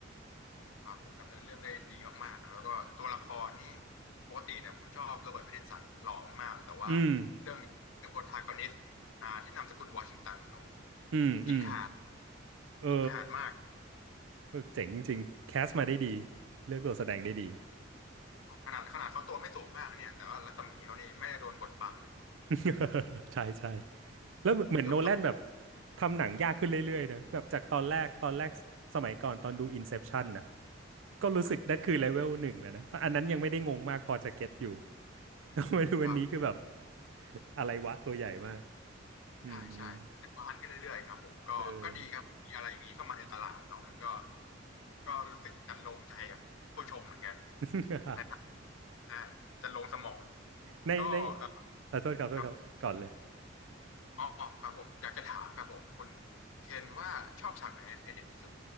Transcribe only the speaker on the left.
ครับผมดำเนินเรื่องได้ดีมากๆแล้วก็ตัวละครนี่ปกติเนี่ยผมชอบโรเบิร์ตแพตตินสันหล่อมากๆแต่ว่า
เรื่องนี้เป็นโปรทากอนิสต์อ่าที่นามสกุลวอชิงตันโอ้โห
กินขาด
กินขาดมาก
ขนาดขนาดเขาตัวไม่สูงมากเนี่ยแต่ว่ารัศมีเขานี่ไม่ได้โดนบดบังเลย
เกือบสอง
ข้าง
ครับ
ใช่ใช่บานกันเรื่อยๆครับผมก็ก็ดีครับมีอะไรอย่างนี้เข้ามาในตลาดเนาะมันก็
ก็รู้สึกจันโลงใจกับผู้ชมเหมือนกัน
ใน ใช่จะลงสมอง
ก็เออ
ครับผมอ๋อครับผมอยากจะถามครับผมคุณเคนว่าชอบฉากไหนในเทเน็ตที่สุด